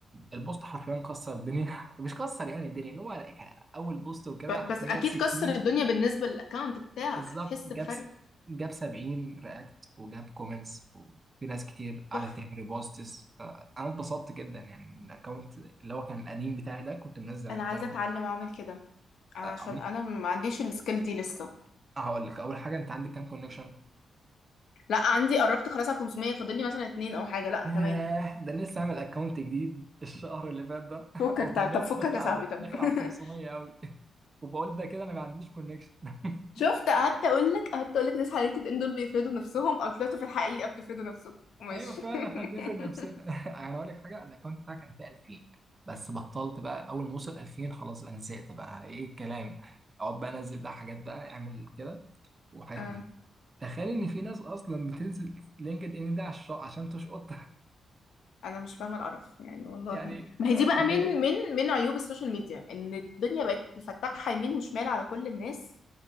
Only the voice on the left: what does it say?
ب-
بس اكيد
كسر الدنيا بالنسبه للاكونت بتاعك
هتحس
بفرق
تحفه
انا
عايزه اتعلم
اعمل كده عشان
انا ما عنديش السكيل دي لسه
لا عندي قربت خلاص على 500 فاضل لي مثلا اتنين او حاجه لا
تمام
فكك
طب طب فكك
يا
صاحبي
طب
<laughs>
شفت قعدت اقول لك قعدت اقول لك ناس على لينكد ان دول بيفيدوا نفسهم او طلعتوا في الحقيقه بتفيدوا نفسكم ماشي
<laughs>
آه.
انا مش فاهمه القرف يعني والله
ما هي
دي بقى
من من من عيوب السوشيال ميديا ان الدنيا بقت مفتحه يمين وشمال على كل الناس